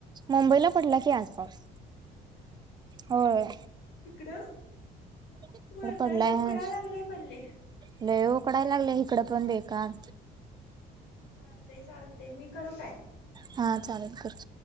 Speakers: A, on the right; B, on the left.
A: मुंबईला पडला की आज पाऊस होय.
B: तिकडं
A: इकडं
B: मरणाच
A: पडलाय
B: उकडाय
A: आज
B: लागलय पडले.
A: लय उकडाय लागलय इकडं पण बेकार
B: चालतय चालतय मी करू काय
A: हा चालल कर.